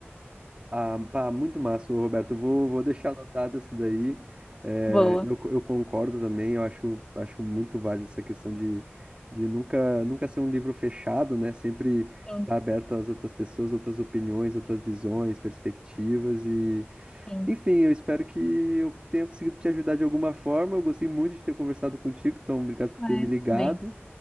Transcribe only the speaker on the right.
Ah, pá, muito massa, ô, Roberto. Eu Vou, vou deixar anotado isso daí. É,
eu, co- eu concordo também, eu acho, acho muito válido essa questão de, de nunca, nunca ser um livro fechado, né? Sempre
estar aberto às outras pessoas, outras opiniões, outras visões, perspectivas e...
Enfim, eu espero que eu tenha conseguido te ajudar de alguma forma. Eu gostei muito de ter conversado contigo, então obrigado por
ter me ligado